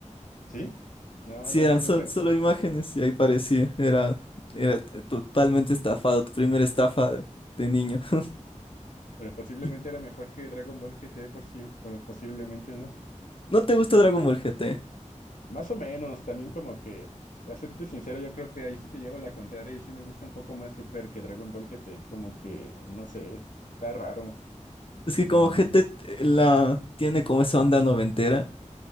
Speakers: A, on the left; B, on the left.
A: ¿Sí? No,
B: Sí,
A: no,
B: eran
A: yo nunca.
B: sol- solo imágenes y ahí parecía. Era, era t- totalmente estafado, tu primera estafa de, de niño. <laughs>
A: Pero posiblemente
B: ¿Y
A: era mejor que Dragon Ball GT, por sí, por- posiblemente, ¿no?
B: no te gusta Dragon Ball GT?
A: Más o menos, también como que, para serte sincero, yo creo que ahí sí te llevo la contraria y sí me gusta un poco más Super que Dragon Ball GT, como que, no sé, está raro.
B: Es que
A: Mm,
B: como GT t- t- la tiene como esa onda noventera.